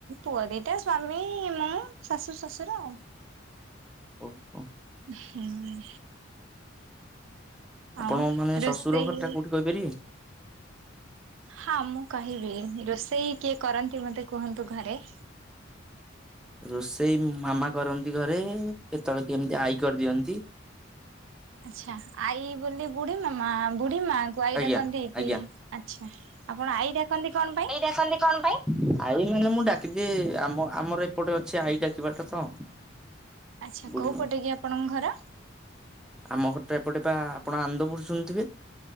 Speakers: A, on the right; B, in the centre.
A: ପୁଅ ଦିଟା, ସ୍ଵାମୀ, ମୁଁ, ଶାଶୁ ଶଶୁର।
B: ଓ ହୋ।
A: ହୁଁ।
B: ଆପଣ
A: ଆଉ
B: ମାନେ
A: ରୋଷେଇ
B: ଶଶୁର ଘରଟା କୋଉଠି କହିପାରିବେ?
A: ହଁ ମୁଁ କହିବି ରୋଷେଇ କିଏ କରନ୍ତି ମୋତେ କୁହନ୍ତୁ ଘରେ?
B: ରୋଷେଇ ମାମା କରନ୍ତି ଘରେ କେତେବେଳେ କେମିତି ଆଈ କରିଦିଅନ୍ତି।
A: ଆଚ୍ଛା ଆଈ ବୋଲି ବୁଢୀ ମାମା ବୁଢୀ ମା କୁ ଆଈ
B: ଆଜ୍ଞା
A: ଡାକନ୍ତି କି
B: ଆଜ୍ଞା।
A: ଆଚ୍ଛା ଆପଣ ଆଈ ଡାକନ୍ତି କଣ ପାଇଁ?
B: ଦେଖନ୍ତି କଣ ପାଇଁ? ଆଈ ମାନେ ମୁଁ ଡାକିଦିଏ ଆମ ଆମର ଏପଟେ ଅଛି ଆଈ ଡାକିବାଟା ତ।
A: ଆଚ୍ଛା
B: ବୁଢୀ
A: କୋଉ
B: ମା
A: ପଟେ କି ଆପଣଙ୍କ ଘର?
B: ଆମ ଘର ଏପଟେ ବା ଆପଣ ଆନ୍ଦପୁର ଶୁଣିୁଥିବେ?